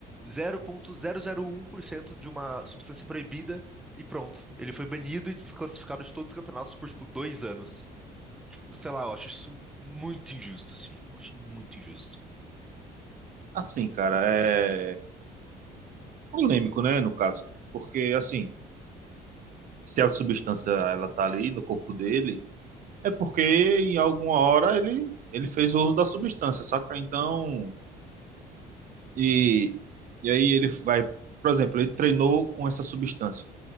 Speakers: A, in the centre; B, on the right.
A: zero vírgula zero zero um por cento de uma substância proibida e pronto. Ele foi banido e desclassificado de todos os campeonatos por tipo dois anos. Tipo, sei lá, eu acho isso muito injusto, assim, tipo, eu acho muito injusto.
B: Assim, cara, é polêmico, né, no caso. Porque, assim, se a substância ela tá ali no corpo dele, é porque em alguma hora ele, ele fez o uso da substância, saca? Então, e, e aí ele vai, por exemplo, ele treinou com essa substância.